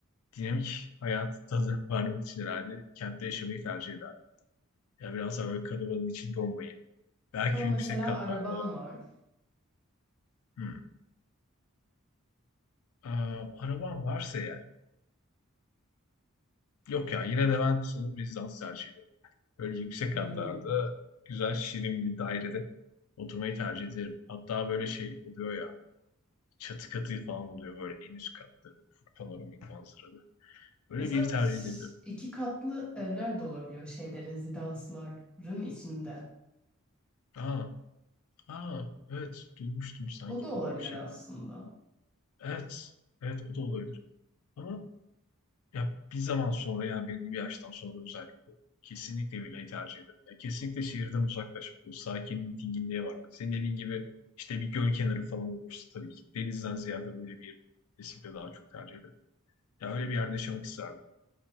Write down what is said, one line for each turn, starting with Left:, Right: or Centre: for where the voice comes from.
Left: dinamik hayatı tadını vermek <laughs> için herhalde kentte yaşamayı tercih ederdim. Ya biraz daha böyle kalabalığın içinde olmayı. Belki
Centre: Ama mesela
Left: yüksek katlarda
Centre: araban var.
Left: hı, Ee, arabam varsa eğer. Yok ya yine de ben sanırım rezidans tercih ederim. Böyle yüksek
Centre: Hmm.
Left: katlarda güzel şirin bir dairede oturmayı tercih ederim. Hatta böyle şey oluyor ya çatı katı falan oluyor böyle en üst katları panoramik manzaralı. Böyle
Centre: Mesela
Left: bir tercih
Centre: t-
Left: edebilirim.
Centre: iki katlı evler de olabiliyor şeyde rezidansların içinde.
Left: Aa, aa evet duymuştum sanki
Centre: O da olabilir
Left: öyle bir şey.
Centre: aslında.
Left: Evet evet o da olabilir. Ama Ya bir zaman sonra yani belli bir yaştan sonra özellikle kesinlikle villayı tercih ederim. Ya kesinlikle şehirden uzaklaşıp bu sakinlik, dinginliğe varmak. Senin dediğin gibi işte bir göl kenarı falan olursa tabii ki denizden ziyade öyle bir yeri kesinlikle daha çok tercih ederim. Ya öyle bir yerde yaşamak isterdim.